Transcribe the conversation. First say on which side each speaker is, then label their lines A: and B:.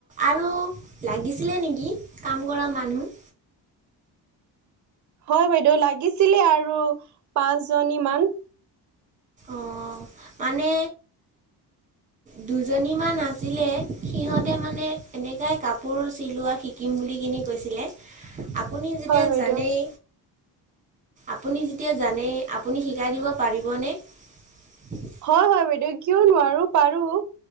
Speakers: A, on the right; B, on the right.
A: আৰু লাগিছিলে নেকি কাম কৰা মানুহ?
B: হয় বাইদেউ লাগিছিলে আৰু পাঁচ জনী মান।
A: অ'। মানে দুজনীমান আছিলে সিহঁতে মানে এনেকাই কাপোৰ চিলোৱা শি কিম বুলি কিনি কৈছিল আপুনি যেতিয়া
B: হয় বাইদেউ।
A: জানেই আপুনি যেতিয়া জানে আপুনি শিকাই দিব পাৰিবনে? <inaudible>
B: হয় হয় বাইদেউ কিয় নোৱাৰো পাৰো।